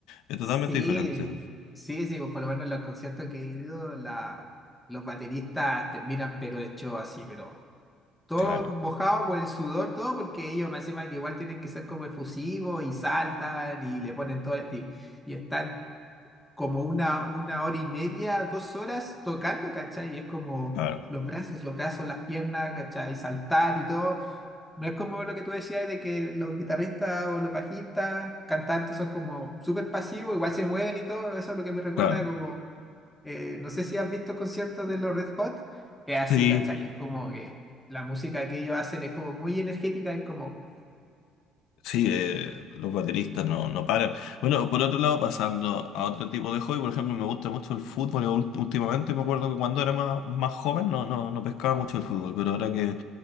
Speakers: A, on the left; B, in the centre.
A: Es totalmente
B: Sí,
A: diferente.
B: sí, sí, pues, por lo menos en los conciertos que he ido, la, los bateristas terminan pero hecho así, pero todo
A: Claro,
B: mojado por el sudor, todo, porque ellos me encima que igual tienen que ser como efusivos y saltan y le ponen todo y, y están como una, una hora y media, dos horas tocando, ¿cachai? Y es como
A: claro,
B: los brazos, los brazos, las piernas, ¿cachai? Y saltar y todo. No es como lo que tú decías de que los guitarristas o los bajistas, cantantes son como súper pasivos, igual se mueven y todo. Eso es lo que me recuerda
A: claro.
B: como, eh, no sé si has visto conciertos de los Red Hot, es así,
A: Sí.
B: ¿cachai? Es como que la música que ellos hacen es como muy energética, es como,
A: Sí, eh, los bateristas no, no paran. Bueno, por otro lado, pasando a otro tipo de hobby, por ejemplo, me gusta mucho el fútbol. Yo ult- Últimamente me acuerdo que cuando era más, más joven no, no, no pescaba mucho el fútbol, pero ahora que